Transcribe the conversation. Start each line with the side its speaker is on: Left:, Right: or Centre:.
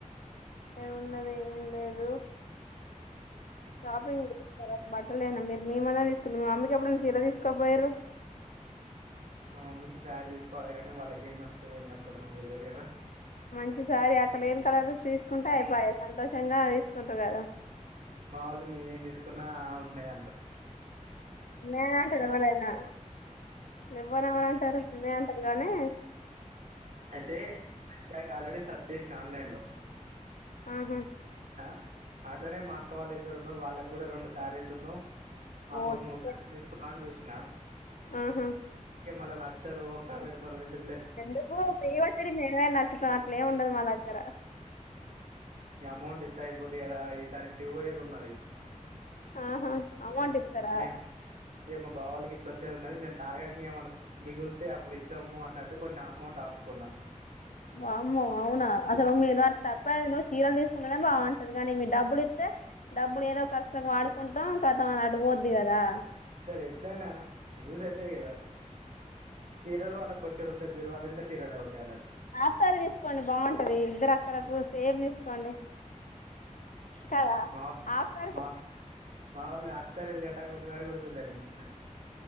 Left: ఏమున్నది ఏం లేదు. షాపింగ్ చేస్తారా? బట్ లేనా మీరు మేమన్నా తీసుకుందుము మీ మమ్మీకి ఎప్పుడున్న చీర తీసుకోపోయరు.
Right: మా మమ్మీకి శారీ తీసుకోవాలి గానీ వాళ్ళకి ఏం నచ్చుతాయో ఏమి నచ్చవో మాకు తెలీయదు కదా
Left: మంచి సారి అక్కడ లేని కలర్ తీసుకుంటే అయిపయా సంతోషంగా తీసుకుంటారు కదా.
Right: మా వాళ్ళు మేమేం తీసుకున్నా ఉన్నాయి అంటరు.
Left: ఉన్నాయనే అంటారు ఎవరైనా లెవ్వను ఎవరంటారు ఉన్నాయి అంటరు. గానే
Right: అయితే బ్యాక్ ఆల్రెడీ సెర్చ్ చేసిన ఆన్లైన్ లో
Left: ఆహా
Right: ఆ అట్లనే మా అక్క వాళ్ళ ఇద్దరు ఉన్నారు వాళ్ళకి కూడా రెండు సారీళ్లు ఉన్ను మా
Left: ఓ
Right: అమ్మ కు మూడు
Left: షట్
Right: సారీలు తీసుకుందామని చూసిన
Left: ఆహా
Right: మళ్ళ నచ్చారు వంకాలు వేడతరు ఎందుకు?
Left: ఎందుకు ఫ్రీగా వచ్చడి మేమేం నచ్చుతాం అట్లేం ఉండదు మా దగ్గర
Right: ఈ అమౌంట్ ఇంత అయిపొద్ది కదా ఈసారి ఇంటికి పోయేది ఉన్నది.
Left: ఆహా
Right: అ
Left: అమౌంట్ ఇస్తారా
Right: మే మేయా ఇగ బావోల్లు గిట్లా వచ్చేదున్నది మే తాగాంగా ఏమన మిగిలితే అప్పుడు ఇద్దాము అన్నట్టు కొన్ని అమౌంట్ ఆపుకున్నా
Left: వామ్మో అవునా అసలు మీరు అ సర్ప్రైసులు చీరలు తీసుకుంటేనే బాగుంటది కానీ మీ డబ్బులు ఇస్తే డబ్బులు ఏదో ఖర్చులకి వాడుకుంటాం. కతం అది అటు పోద్ది కదా
Right: సరే ఎట్లైన యూజ్ అయితాయి కదా చీరలు వాళ్ళకి బో చ్చేడివుంటాయి బీరువాలనిండా చీరలే ఉంటాయి అలా
Left: హాఫ్సారి తీసుకోండి బాగుంటది ఇద్దరు అక్కలకు సేమ్ తీసుకోండి. కదా
Right: మా
Left: హాఫ్ సారీ
Right: మా హ్ మా వొళ్ళు ఆఫ్ శారీలు గట్టంగా ఒకసారి కూడా సులే నేను